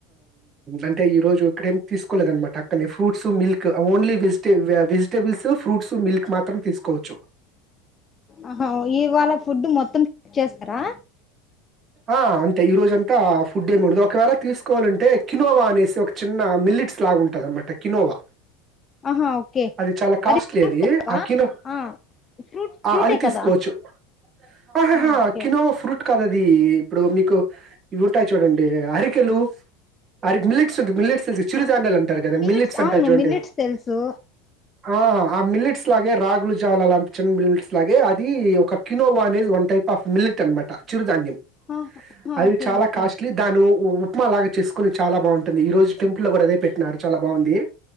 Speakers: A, on the right; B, on the left.
A: అంటే ఈ రోజు ఇక్కడేం తీసుకోలేదు అన్నమాట అక్కనే ఫ్రూట్స్ మిల్క్ ఓన్లీ వెజిటె వె వెజిటేబుల్స్ ఫ్రూట్స్ మిల్క్ మాత్రం తీసుకోవచ్చు
B: ఆహా ఇవ్వాళ ఫుడ్ మొత్తం చేస్తారా
A: ఆ అంతే ఈరోజంతా ఫుడ్ ఏమి ఉండదు ఒకవేళ తీసుకోవాలంటే కినోవా అనేసి ఒక చిన్న మిల్లిట్స్ లాగా ఉంటుందన్నమాట కినోవా
B: ఆహా ఓకే
A: అది చాలా కాస్టలీ
B: ఫ్రూట్
A: అది
B: టైపా
A: ఆ కినో
B: ఆ ఫ్రూట్ ఫ్రూటే
A: ఆ అది తీసుకోవచ్చు
B: కదా
A: ఆహహా
B: ఆ ఓకే
A: కినోవా
B: ఓకే
A: ఫ్రూట్ కాదు అది ఇది ఇప్పుడు మీకు ఇవి ఉంటాయి చూడండి అరికెలు అరి మిల్లెట్స్ ఉంటాయి మిల్లెట్స్ చిరు చిరుధాన్యాలు అంటారు కదా
B: మిల్లెట్స్
A: మిల్లిట్స్ అంట
B: అవును
A: చూడండి
B: మిల్లెట్స్
A: అవి
B: తెలుసు
A: ఆ ఆ మిల్లెట్స్ లాగే రాగులు జావా అలాంటి చిన్న మిల్లెట్స్ లాగే అది ఒక కినోవా ఆనేది వన్ టైప్ ఆఫ్ మిల్లెట్ అనమాట చిరుధాన్యం
B: ఆహా
A: అది
B: ఓకే
A: చాలా
B: ఓకే
A: కాస్ట్ లీ దాను ఉప్మాలాగ చేసుకుని చాలా బాగుంటుంది ఈ రోజు టెంపుల్ కూడా అదే పెట్టిన్నాడు చాలా బాగుంది